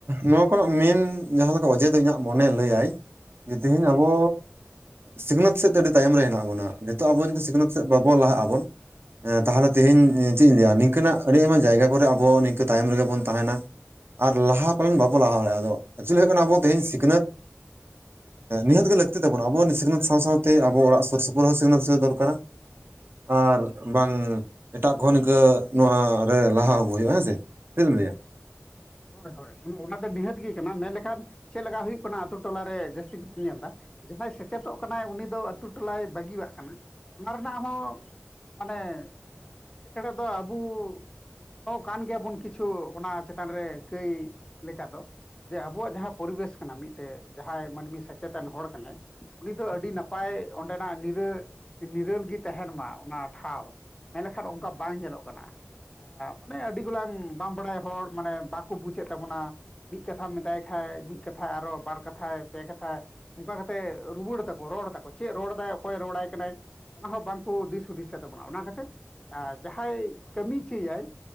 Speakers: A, on the right (about 55°); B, on the left (about 20°).
A: ᱱᱚᱣᱟ ᱠᱚᱨᱮᱱᱟᱜ ᱢᱮᱱ ᱡᱟᱦᱟᱸ ᱞᱮᱠᱟ ᱚᱡᱮ ᱫᱚ ᱤᱧᱟᱹᱜ ᱢᱚᱱᱮ ᱞᱟᱹᱭᱟᱭ ᱡᱮ ᱛᱮᱦᱤᱧ ᱟᱵᱚ ᱥᱤᱠᱷᱱᱟᱹᱛ ᱥᱮᱫ ᱫᱚ ᱟᱹᱰᱤ ᱛᱟᱭᱚᱢ ᱨᱮ ᱦᱮᱱᱟᱜ ᱵᱚᱱᱟ, ᱱᱤᱛᱚᱜ ᱟᱵᱚ ᱡᱩᱫᱤ ᱥᱤᱠᱷᱱᱟᱹᱛ ᱥᱮᱫ ᱵᱟᱵᱚ ᱞᱟᱦᱟᱜ ᱟᱵᱚᱱ ᱦᱮᱸ ᱛᱟᱦᱞᱮ ᱛᱮᱦᱤᱧ ᱪᱮᱫ ᱤᱧ ᱞᱟᱹᱭᱟ ᱱᱤᱝᱠᱟᱹᱱᱟᱜ ᱟᱹᱰᱤ ᱟᱭᱢᱟ ᱡᱟᱭᱜᱟ ᱠᱚᱨᱮᱜ ᱟᱵᱚ ᱱᱤᱝᱠᱟᱹ ᱛᱟᱭᱚᱢ ᱨᱮᱜᱮ ᱵᱚᱱ ᱛᱟᱦᱮᱱᱟ᱾ ᱟᱨ ᱞᱟᱦᱟ ᱯᱟᱞᱮᱱ ᱵᱟᱚ ᱞᱟᱦᱟ ᱫᱟᱲᱮᱭᱟᱜᱼᱟ᱾ ᱟᱫᱚ ᱮᱠᱪᱩᱭᱤ ᱦᱩᱭᱩᱜ ᱠᱟᱱᱟ, ᱟᱵᱚ ᱛᱮᱦᱤᱧ ᱥᱤᱠᱷᱱᱟᱹᱛ
B: <inaudible>
A: ᱱᱤᱦᱛ ᱜᱮ ᱞᱟᱹᱠᱛᱤ ᱛᱟᱵᱚ ᱟᱵᱚ ᱥᱤᱠᱷᱱᱟᱛ ᱥᱟᱶ ᱥᱟᱶᱛᱮ ᱟᱵᱚ ᱚᱲᱟᱜ ᱥᱩᱨ ᱥᱩᱯᱩᱨ ᱦᱚᱸ ᱥᱤᱠᱷᱱᱟᱹᱛ ᱫᱚᱨᱠᱟᱨᱟ᱾ ᱟᱨ ᱵᱟᱝ ᱮᱴᱟᱜ ᱠᱷᱚᱱᱚᱸ ᱱᱤᱝᱠᱟᱹ ᱱᱚᱣᱟ ᱨᱮ ᱞᱟᱦᱟ ᱟᱹᱜᱩ ᱦᱩᱭᱩᱜᱼᱟ ᱦᱮᱸᱥᱮ᱾ ᱪᱮᱫ ᱮᱢ ᱞᱟᱹᱭᱟ
B: ᱦᱳᱭ ᱦᱳᱭ ᱚᱱᱟ ᱫᱚ ᱱᱤᱦᱟᱹᱛ ᱜᱮ ᱠᱟᱱᱟ ᱢᱮᱱ ᱞᱮᱠᱷᱟᱱ ᱪᱮᱫ ᱞᱮᱠᱟ ᱦᱩᱭᱩᱜ ᱠᱟᱱᱟ᱾ ᱟᱹᱛᱩ ᱴᱚᱞᱟ ᱨᱮ ᱡᱟᱹᱥᱛᱤ ᱛᱮᱜᱮ ᱵᱚᱱ ᱧᱮᱞ ᱮᱫᱟ᱾ ᱡᱟᱦᱟᱸᱭ ᱥᱮᱪᱮᱫᱚᱜ ᱠᱟᱱᱟᱭ ᱩᱱᱤ ᱫᱚ ᱟᱹᱛᱩ ᱴᱚᱞᱟᱭ ᱵᱟᱹᱜᱤᱭᱟᱜ ᱠᱟᱱᱟ᱾ ᱚᱱᱟ ᱨᱮᱱᱟᱜ ᱦᱚᱸ ᱢᱟᱱᱮ ᱮᱴᱠᱮᱴᱚᱬᱮ ᱫᱚ ᱟᱵᱚ ᱦᱚᱸ ᱠᱟᱱ ᱜᱮᱭᱟᱵᱚᱱ ᱠᱤᱪᱷᱩ ᱚᱱᱟ ᱪᱮᱛᱟᱱ ᱨᱮ ᱠᱟᱹᱭ ᱞᱮᱠᱟ ᱫᱚ ᱡᱮ ᱟᱵᱚᱣᱟᱜ ᱡᱟᱦᱟᱸ ᱯᱚᱨᱤᱵᱮᱥ ᱠᱟᱱᱟ ᱢᱤᱫᱴᱮᱡ ᱡᱟᱦᱟᱸᱭ ᱢᱟᱹᱱᱢᱤ ᱥᱮᱪᱮᱛᱟᱱ ᱦᱚᱲ ᱠᱟᱱᱟᱭ ᱩᱱᱤ ᱫᱚ ᱟᱹᱰᱤ ᱱᱟᱯᱟᱭ ᱚᱸᱰᱮᱱᱟᱜ ᱱᱤᱨᱟᱹ ᱱᱤᱨᱟᱹᱞ ᱜᱮ ᱛᱟᱦᱮᱱ ᱢᱟ ᱚᱱᱟ ᱴᱷᱟᱶ ᱢᱮᱱ ᱞᱮᱠᱷᱟᱱ ᱚᱱᱠᱟ ᱵᱟᱝ ᱧᱮᱞᱚᱜ ᱠᱟᱱᱟ ᱢᱟᱱᱮ ᱟᱹᱰᱤ ᱜᱚᱞᱟᱝ ᱵᱟᱝ ᱵᱟᱲᱟᱭ ᱦᱚᱲ ᱢᱟᱱᱮ ᱵᱟ ᱠᱚ ᱵᱩᱡᱮᱫ ᱛᱟᱵᱚᱱᱟ, ᱢᱤᱫ ᱠᱟᱛᱷᱟᱢ ᱢᱮᱛᱟᱭ ᱠᱷᱟᱭ ᱢᱤᱫ ᱠᱟᱛᱷᱟᱭ ᱟᱨᱚ ᱵᱟᱨ ᱠᱟᱛᱷᱟᱭ ᱯᱮ ᱠᱟᱛᱷᱟᱭ ᱚᱱᱠᱟ ᱠᱟᱛᱮᱫ ᱨᱩᱣᱟᱹᱲ ᱛᱟᱠᱚ ᱨᱚᱲ ᱛᱟᱠᱚ ᱪᱮᱫ ᱨᱚᱲ ᱫᱟᱭ ᱚᱠᱚᱭ ᱨᱚᱲᱟᱭ ᱠᱟᱱᱟᱭ᱾ ᱚᱱᱟ ᱦᱚᱸ ᱵᱟᱝ ᱠᱚ ᱫᱤᱥ ᱦᱩᱫᱤᱥᱮᱫ ᱛᱟᱵᱚᱱᱟ, ᱚᱱᱟ ᱠᱷᱟᱹᱛᱤᱨ ᱟ ᱡᱟᱦᱟᱸᱭ ᱠᱟᱹᱢᱤ ᱦᱚᱪᱚᱭᱮᱟᱭ